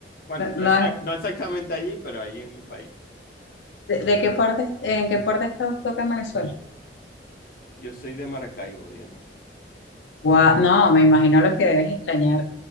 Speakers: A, on the left (about 55°); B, on the left (about 80°).
A: Bueno,
B: No,
A: no,
B: no,
A: exact- no exactamente allí, pero allí en mi país.
B: ¿de, de qué parte, en qué parte estás tú acá en Venezuela?
A: Yo soy de Maracaibo, Diana.
B: Guau, no, me imagino lo que debes extrañar